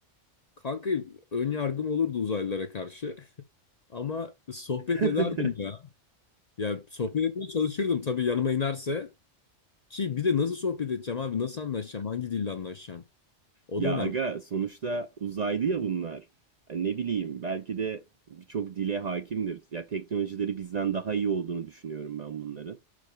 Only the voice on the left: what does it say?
Kanka ön yargım olurdu uzaylılara karşı. <laughs> Ama sohbet
ederdim ya. Ya sohbet etmeye çalışırdım tabii yanıma inerse. Ki bir de nasıl sohbet edeceğim abi? Nasıl anlaşacağım? Hangi dille anlaşacağım? O
da önemli.